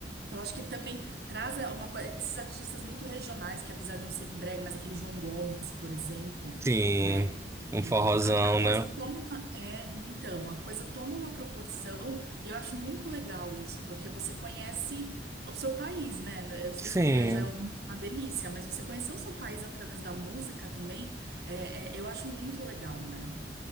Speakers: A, on the right; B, on the right.
A: Eu acho que também traz é, uma coisa, esses artistas muito regionais, que apesar de não ser brega, mas aquele João Gomes, por exemplo,
B: sim,
A: né?
B: um
A: É,
B: forrozão,
A: a, a coisa
B: né?
A: toma, uma- é, então, a coisa toma uma proporção, e eu acho muito legal isso, porque você conhece o seu país, né? Eu sei
B: Sim,
A: que viajar é uma delícia, mas você conhecer o seu país através da música também, é, é, eu acho muito legal, né?